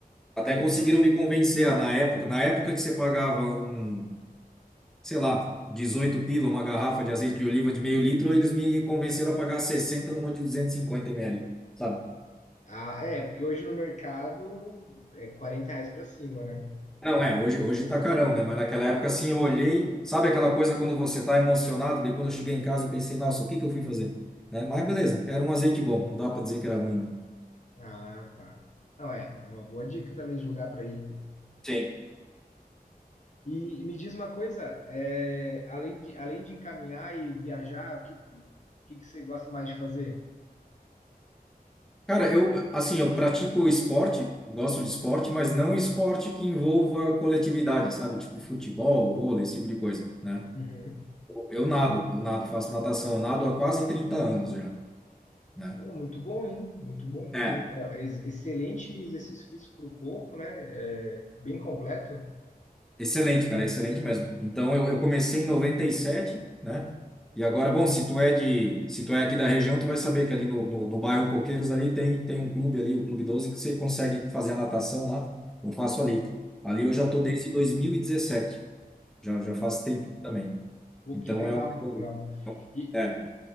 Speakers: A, in the centre; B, on the left.
A: Até
B: Ah, le-
A: conseguiram me convencer ah, na época, na época que você pagava um, sei lá, 18 pila, uma garrafa de azeite de oliva de meio litro, eles me convenceram a pagar 60 numa de 250 ml, sabe?
B: ah, é, porque hoje no mercado é 40 reais para cima, né?
A: Não, é, hoje, hoje tá carão, né? Mas naquela época, assim, eu olhei, sabe aquela coisa quando você tá emocionado, daí quando eu cheguei em casa, eu pensei, nossa, o que que eu fui fazer? Né? Mas beleza, era um azeite bom, não dá pra dizer que era ruim, não.
B: Ah, tá. Não, é, é uma boa dica também de lugar para ir.
A: Sim.
B: E, e me diz uma coisa, é, além de, além de caminhar e viajar, o que, que, que que você gosta mais de fazer?
A: Cara, eu, assim, eu pratico esporte, gosto de esporte, mas não esporte que envolva coletividade, sabe? Tipo futebol, vôlei, esse tipo de coisa, né?
B: Uhum.
A: Eu nado, eu nado, faço natação, eu nado há quase 30 anos já, né?
B: Pô, muito bom, hein? Muito bom.
A: É,
B: Tri- ah, ex- Excelente exercício físico para o corpo, né? É, bem completo.
A: Excelente, cara, excelente mesmo. Então, eu, eu comecei em noventa e sete né? E agora, bom, se tu é de, se tu é aqui da região, tu vai saber que ali no, no, no bairro Coqueiros ali tem, tem um clube ali, o Clube 12 que você consegue fazer a natação lá. Eu faço ali. Ali
B: Pô,
A: eu já tô desde dois mil e dezessete Já, já faz tempo também.
B: pô,
A: Então
B: que legal,
A: é o. eu-
B: legal. E,
A: É.